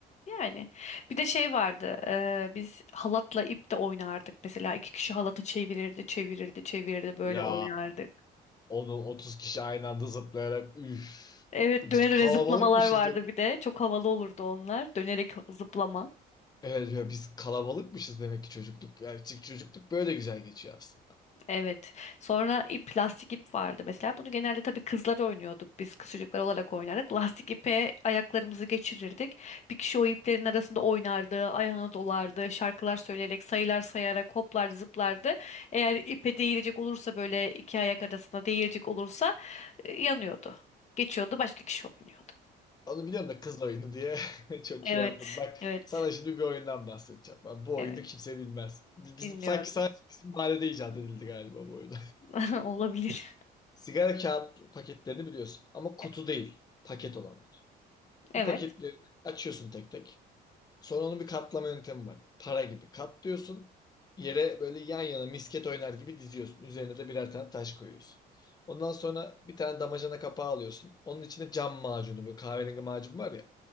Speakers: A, on the left; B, on the left.
A: Yani bir de şey vardı. e, biz halatla ip de oynardık. Mesela iki kişi halatı çevirirdi, çevirirdi, çevirirdi böyle
B: Ya
A: oynardık.
B: onu 30 kişi aynı anda zıplayarak üf.
A: Evet,
B: Biz
A: döne döne
B: kalabalıkmışız
A: zıplamalar vardı
B: hep.
A: bir de. Çok havalı olurdu onlar. Dönerek zıplama.
B: Evet ya biz kalabalıkmışız demek ki çocukluk. Yani çocuk- çocukluk böyle güzel geçiyor aslında.
A: Evet. Sonra ip, lastik ip vardı mesela. Bunu genelde tabii kızlar oynuyorduk. Biz kız çocuklar olarak oynardık. Lastik ipe ayaklarımızı geçirirdik. Bir kişi o iplerin arasında oynardı, ayağına dolardı, şarkılar söyleyerek, sayılar sayarak hoplar zıplardı. Eğer ipe değilecek olursa böyle iki ayak arasında değilecek olursa e, yanıyordu. Geçiyordu, başka kişi oynuyordu.
B: Onu biliyorum da kız oyunu diye <laughs> çok
A: Evet,
B: şey yapmadım. Bak
A: evet,
B: sana şimdi bir oyundan bahsedeceğim. Bak, bu
A: evet.
B: oyunu kimse bilmez. Biz, biz-
A: Dinliyorum.
B: sanki sadece bizim mahallede icat edildi galiba bu oyun.
A: <laughs> Olabilir.
B: <laughs> Sigara kağıt paketlerini biliyorsun ama kutu
A: E,
B: değil, paket olanlar. Bu
A: Evet,
B: paketleri açıyorsun tek tek. Sonra onun bir katlama yöntemi var. Para gibi katlıyorsun. Yere böyle yan yana misket oynar gibi diziyorsun. Üzerine de birer tane taş koyuyorsun. Ondan sonra bir tane damacana kapağı alıyorsun. Onun içine cam macunu, böyle kahverengi macun var ya.